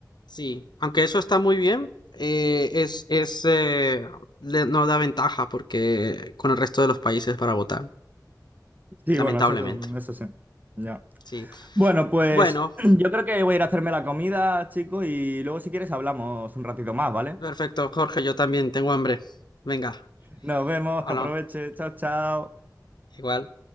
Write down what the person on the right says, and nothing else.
Sí,
bueno, eso, eso sí. Ya.
Bueno, pues
<clears throat> yo creo que voy a ir a hacerme la comida, chico, y luego si quieres hablamos un ratito más, ¿vale?
Nos vemos,
que aproveche. Chao, chao.